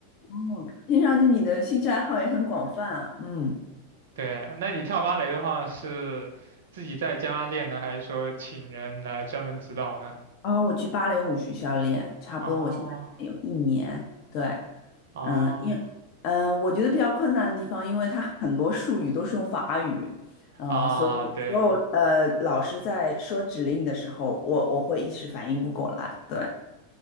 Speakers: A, on the left; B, on the right.
A: 哦，听上去你的兴趣爱好也很广泛啊，嗯，
B: 对，那你跳芭蕾的话是自己在家练呢，还是说请人来专门指导呢？
A: 然后我去芭蕾舞学校练，差不多我现在练了有一年，
B: 哦
A: 对。
B: 哦
A: 嗯，因嗯，我觉得比较困难的地方，因为它很多术语都是用法语，呃，
B: 啊，
A: 所以有时候呃，
B: 对
A: 老师在说指令的时候，我我会一时反应不过来。对，